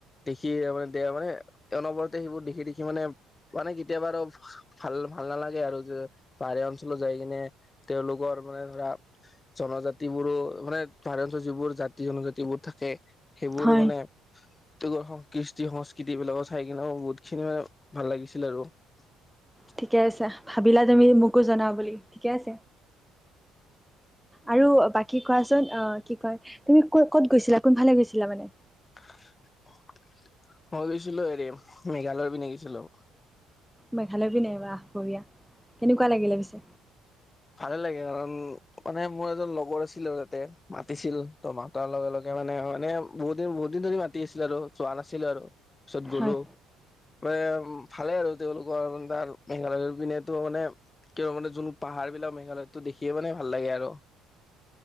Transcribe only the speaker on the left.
দেখি মানে দে মানে অনবৰতে সেইবোৰ দেখি দেখি মানে মানে কেতিয়াবা আৰু ভাল ভাল নালাগে আৰু যে বাইৰা অঞ্চলত যাই কিনে তেওঁলোকৰ মানে ধৰা জনজাতি বোৰো মানে <unintelligible> যিবোৰ জাতি জনজাতি বোৰ থাকে সেইবোৰো
মানে তেওঁৰ কৃষ্টি সংস্কৃতি এইবিলাকক চাই কিনেও বহুত খিনি ম ভাল লাগিছিল আৰু <unintelligible>
অ মই গৈছিলো হেৰি মেঘালয়ৰ পিনে গেছিলো
ভালে লাগে কাৰণ মানে মোৰ এজন লগৰ আছিল আৰু তাতে মাতিছিল ত মা হত ইয়া লগে লগে মানে মানে বহুত দিন বহুত দিন ধৰি মাতি আছিলে আৰু যোৱা নাছিলো আৰু তাৰ পিছত গলো
মে আ ভালে আৰু তেওঁলোকৰে তাৰ মেঘালয়ৰ পিনেতো মানে কে মানে যোন পাহাৰ বিলাক মেঘালয়টো দেখিয়ে মানে ভাল লাগে আৰু